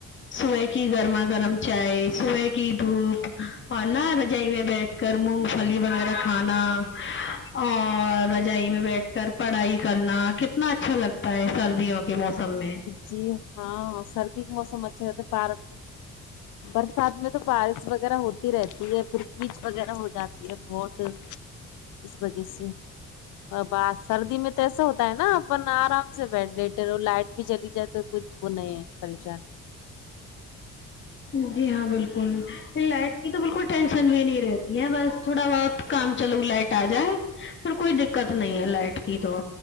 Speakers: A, on the left (about 40°); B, on the left (about 80°).
A: صبح کی گرما گرم چائے صبح کی دھوپ اور نہ رجائی میں بیٹھ کر مونگ پھلی وغیرہ کھانا اور رجائی میں بیٹھ کر پڑھائی کرنا کتنا اچھا لگتا ہے سردیوں کے موسم میں
B: جی ہاں سردی کے موسم اچھا رہتا پر برسات میں تو بارش وغیرہ ہوتی رہتی ہے پھر کچ وغیرہ ہو جاتی ہے بہت اس وجہ سے ا با سردی میں تو ایسا ہوتا ہے نا اپن آرام سے بیٹھ لیٹے رہو لائٹ بھی چلی جائے تو کچھ وہ نہیں ہے پریشانی
A: جی ہاں بالکل لائٹ کی تو بالکل ٹینشن بھی نہیں رہتی ہے بس تھوڑا بہت کام چلو لائٹ آ جائے پھر کوئی دیکت نہیں ہے لائٹ کی تو